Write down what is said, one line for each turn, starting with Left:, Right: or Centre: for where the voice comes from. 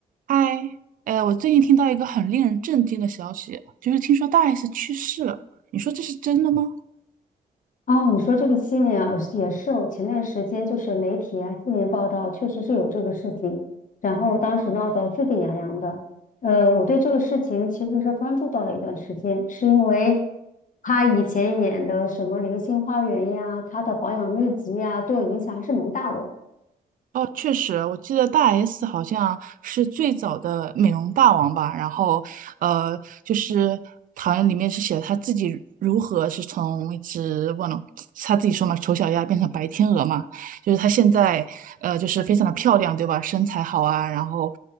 Right: 嗨，呃，我最近听到一个很令人震惊的消息，就是听说大 S 去世了。你说这是真的吗？
Left: 哦，你说这个新闻啊，也是我前段时间就是媒体啊，新闻报道确实是有这个事情，然后当时闹得沸沸扬扬的。呃，我对这个事情其实是关注到了一段时间，是因为他以前演的什么《流星花园》呀，他的保养秘籍呀，对我影响还是蛮大的。
Right: 哦，确实，我记得大 S 好像是最早的美容大王吧。然后，呃，就是好像里面是写了他自己如何是从一只忘了是他 <tsk> 自己说嘛，丑小鸭变成白天鹅嘛。就是她现在，呃，就是非常的漂亮，对吧？身材好啊，然后，